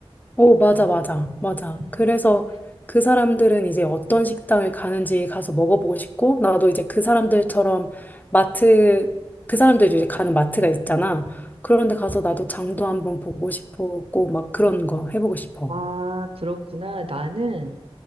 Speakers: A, on the left (about 15°); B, on the right (about 65°).
A: 오, 맞아,
B: 어.
A: 맞아, 맞아.
B: 음.
A: 그래서 그 사람들은 이제 어떤 식당을 가는지 가서 먹어보고 싶고, 나도 이제 그 사람들처럼
B: 음.
A: 마트, 그 사람들이 이제 가는 마트가 있잖아. 그런데 가서 나도
B: 네.
A: 장도 한번 보고 싶었고, 막 그런 거 해보고 싶어.
B: 아, 그렇구나. 나는,